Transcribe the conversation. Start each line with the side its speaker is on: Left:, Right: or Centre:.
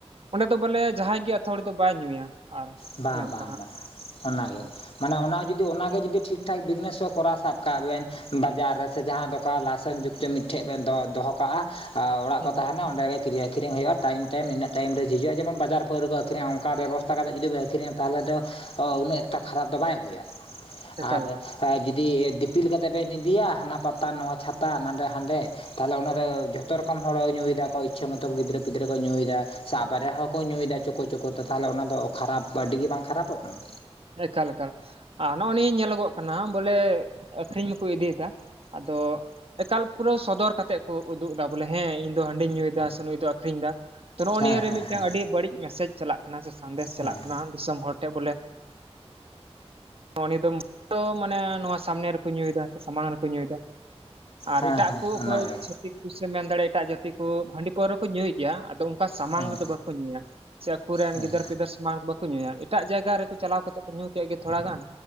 Right: ᱚᱸᱰᱮ ᱫᱚ ᱵᱚᱞᱮ ᱡᱟᱦᱟᱸᱭ ᱜᱮ ᱟᱹᱛᱲᱤ ᱫᱚ ᱵᱟᱭ ᱧᱩᱭᱟ ᱟᱨ
Left: ᱵᱟᱝ
Right: ᱚᱱᱮ ᱚᱱᱠᱟ
Left: ᱵᱟᱝ
Right: ᱦᱟᱸᱜ
Left: ᱵᱟᱝ ᱚᱱᱟᱜᱮ
Right: ᱦᱩᱸ
Left: ᱢᱟᱱᱮ ᱚᱱᱟ ᱡᱩᱫᱤ ᱚᱱᱟᱜᱮ ᱡᱩᱫᱤ ᱴᱷᱤᱠ ᱴᱷᱟᱠ ᱵᱤᱡᱽᱱᱮᱥ ᱦᱚᱸ ᱠᱚᱨᱟᱣ ᱥᱟᱵ ᱠᱟᱜ ᱵᱮᱱ ᱵᱟᱡᱟᱨ ᱨᱮ ᱥᱮ ᱡᱟᱦᱟᱸ ᱫᱚᱠ ᱞᱟᱭᱥᱮᱱᱥ ᱡᱩᱠᱛᱚ ᱢᱤᱫᱴᱷᱮᱱ ᱫᱚ ᱫᱚᱦᱚ ᱠᱟᱜᱼᱟ ᱚᱲᱟᱜ
Right: ᱦᱩᱸ
Left: ᱠᱚ ᱛᱟᱦᱮᱱᱟ ᱚᱸᱰᱮ ᱜᱮ ᱠᱤᱨᱤᱣ ᱟᱹᱠᱷᱨᱤᱧ ᱦᱩᱭᱩᱜᱼᱟ ᱴᱟᱭᱳᱢ ᱤᱱᱟᱹ ᱴᱟᱭᱤᱢ ᱡᱤᱡᱼᱟ ᱡᱮᱢᱚᱱ ᱵᱟᱡᱟᱨ ᱯᱟᱣᱨᱟᱹ ᱠᱚ ᱟᱹᱠᱷᱨᱤᱧ ᱚᱱᱠᱟ ᱵᱮᱵᱚᱥᱛᱟ ᱠᱟᱛᱮᱫ ᱡᱩᱤ ᱵ ᱟᱹᱠᱷᱨᱤᱧᱟ ᱛᱟᱦᱚᱞᱮ ᱫᱚ ᱩᱱᱟᱹᱜ ᱮᱠᱴᱟ ᱠᱷᱟᱨᱟᱯ ᱫᱚ ᱵᱟᱭ ᱟᱹᱜᱩᱭᱟ ᱟᱨ
Right: ᱮᱠᱟᱞ ᱮᱠᱟᱞ
Left: ᱦᱮ ᱡᱩᱫᱤ ᱫᱤᱯᱤᱞ ᱠᱟᱛᱮᱫ ᱵᱮᱱ ᱤᱫᱤᱭᱟ ᱦᱟᱱᱟ ᱯᱟᱛᱟ ᱱᱚᱣᱟ ᱪᱷᱟᱛᱟ ᱱᱟᱰᱮ ᱦᱟᱸᱰᱮ ᱛᱟᱦᱚᱞᱮ ᱚᱱᱟ ᱫᱚ ᱡᱚᱛᱚ ᱨᱚᱠᱚᱢ ᱦᱚᱲ ᱛᱟᱦᱚᱞᱮ ᱧᱩᱭᱮᱫᱟ ᱠᱚ ᱤᱪᱪᱷᱟᱹ ᱢᱚᱛᱚ ᱜᱤᱫᱽᱨᱟᱹ ᱯᱤᱫᱽᱨᱟᱹ ᱠᱚ ᱧᱩᱭᱮᱫᱟ ᱥᱮ ᱟᱵᱟᱨᱮ ᱦᱚᱠᱚᱸ ᱧᱩᱭᱮᱫᱟ ᱪᱳᱠᱳ ᱪᱳᱠᱚᱛᱮ ᱛᱟᱦᱚᱞᱮ ᱚᱱᱟᱫᱚ ᱠᱷᱟᱨᱟᱯ ᱟᱹᱰᱤᱜ ᱜᱮ ᱵᱟᱝ ᱠᱷᱟᱨᱟᱯᱚᱜ ᱠᱟᱱᱟ
Right: ᱮᱠᱟᱞ ᱮᱠᱟᱞ ᱟᱨ ᱱᱚᱜᱼᱚᱭ ᱱᱤᱭᱟᱹ ᱧᱮᱞᱚᱜᱚᱜ ᱠᱟᱱᱟ ᱵᱚᱞᱮ ᱟᱠᱠᱷᱨᱤᱧ ᱢᱟᱠᱚ ᱤᱫᱤᱭᱮᱫᱟ ᱟᱫᱚ ᱮᱠᱟᱞ ᱯᱩᱨᱟᱹ ᱥᱚᱫᱚᱨ ᱠᱟᱛᱮᱫ ᱠᱚ ᱩᱫᱩᱜ ᱮᱫᱟ ᱵᱚᱞᱮ ᱦᱮᱸ ᱤᱧ ᱫᱚ ᱦᱟᱺᱰᱤᱧ ᱧᱩᱭᱮᱫᱟ ᱥᱮ ᱱᱩᱭ ᱫᱚ ᱟᱠᱷᱨᱤᱧ ᱮᱫᱟ ᱛᱚ ᱱᱚᱜᱼᱚᱭ
Left: ᱦᱮᱸ
Right: ᱱᱤᱭᱟ
Left: ᱦᱮᱸ
Right: ᱱᱚᱣᱟ
Left: ᱦᱮᱸ
Right: ᱵᱟᱹᱲᱤᱡ ᱢᱮᱥᱮᱡᱽ ᱪᱟᱞᱟᱜ ᱠᱟᱱᱟ ᱥᱮ ᱥᱟᱸᱫᱮᱥ
Left: ᱦᱮᱸ
Right: ᱪᱟᱞᱟᱜ ᱠᱟᱱᱟ ᱫᱤᱥᱚᱢ ᱦᱚᱲ ᱴᱷᱮᱱ ᱵᱚᱞᱮ ᱩᱱᱤ ᱫᱚ ᱢᱟᱱᱮ ᱱᱚᱣᱟ ᱥᱟᱢᱱᱮ ᱨᱮᱠᱚ ᱧᱩᱭᱮᱫᱟ ᱥᱮ ᱥᱟᱢᱟᱝ ᱨᱮᱠᱚ ᱧᱩᱭᱮᱫᱟ ᱟᱨ
Left: ᱦᱮᱸ
Right: ᱮᱴᱟᱜ
Left: ᱦᱮᱸ
Right: ᱠᱚ ᱚᱠᱚᱭ
Left: ᱚᱱᱟᱜᱮ
Right: ᱪᱷᱟᱹᱛᱤᱠ ᱠᱩ ᱥᱮ ᱮᱢ ᱢᱮᱱ ᱫᱟᱲᱮᱼᱟ ᱮᱴᱟᱜ ᱡᱟᱹᱛᱤ ᱠᱚ ᱦᱟᱺᱰᱤ ᱯᱟᱹᱨᱣᱟ ᱠᱚ ᱧᱩᱭ ᱜᱮᱭᱟ ᱟᱫᱚ ᱚᱱᱠᱟ ᱥᱟᱢᱟᱝ
Left: ᱦᱮᱸ
Right: ᱨᱮᱫᱚ ᱵᱟᱠᱚ ᱵᱟᱧ ᱧᱩᱭᱟ ᱥᱮ ᱟᱠᱚᱨᱮᱱ
Left: ᱦᱮᱸ
Right: ᱜᱤᱫᱟᱹᱨ ᱯᱤᱫᱟᱹᱨ ᱥᱚᱢᱟᱱ ᱵᱟᱠᱚ ᱧᱩᱭᱟ ᱮᱴᱟᱜ ᱡᱟᱭᱜᱟ ᱨᱮᱠᱚ ᱪᱟᱞᱟᱣ ᱠᱟᱛᱮ ᱧᱩ ᱠᱮᱫ ᱜᱮ ᱛᱷᱚᱲᱟ ᱜᱟᱱ